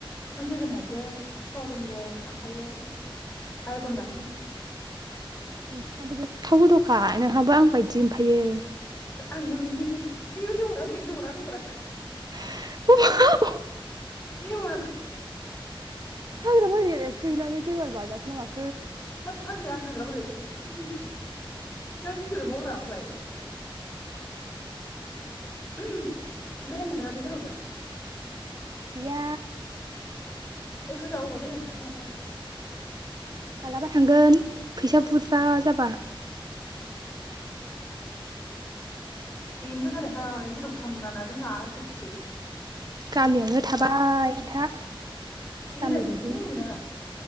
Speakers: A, on the left; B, on the right.
A: जोगोनारजों सयाबिनजों ओमफायो बायगन बाथोन।
B: नोंसिनाबो गोथाव गोथावखा नोंहाबो आं बायदि ओमफायो
A: आंबो बिदिनोखा आइयो लेवारा हनै लेवारा लेवारा
B: <unintelligible>
A: लेवार
B: हाग्रा बारिआव एरसोहैनानै लेवार बाजाखो ना माखो
A: होद फाग्लाया आं <unintelligible> जा गिदिर बाव रा ओमफाय ओम बेरायनो थांथाराखै जेरावबो?
B: गैया
A: ओइ थ' जोंहा बेरायनो थांसै मालाबा
B: मालाबा थांगोन फैसा बुरजा जाबा
A: बेनोथ' जादोंहाय जेरावबो थांनो मोना ना जोंहा आसरिथ
B: गामियावनो थाबाय था
A: बेरायहैनोनो
B: गामि बायदि
A: मोना